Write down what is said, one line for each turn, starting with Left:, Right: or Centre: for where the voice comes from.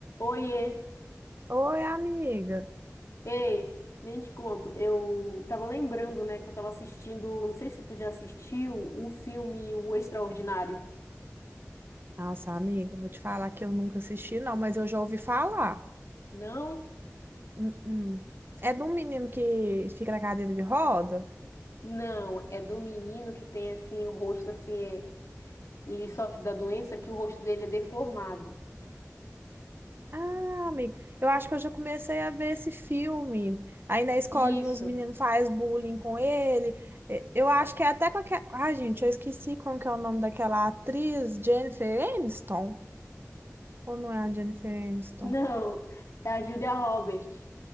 Left: Oiê,
Right: Oi, amiga.
Left: ei, nem te conto. Eu tava lembrando, né, que eu tava assistindo, não sei se tu já assistiu o filme O Extraordinário.
Right: Nossa, amiga, vou te falar que eu nunca assisti, não, mas eu já ouvi falar.
Left: Não?
Right: Hum, hum. É de um menino que fica na cadeira de roda?
Left: Não, é do menino que tem assim o rosto assim, é- ele sofre da doença que o rosto dele é deformado.
Right: Ah, amiga, eu acho que eu já comecei a ver esse filme. Aí na escolinha
Left: Isso.
Right: os meninos fazem bullying com ele. E- Eu acho que é até com aquela. Ah, gente, eu esqueci como que é o nome daquela atriz, Jennifer Aniston. Ou não é a Jennifer Aniston?
Left: Não, é a Julia Roberts.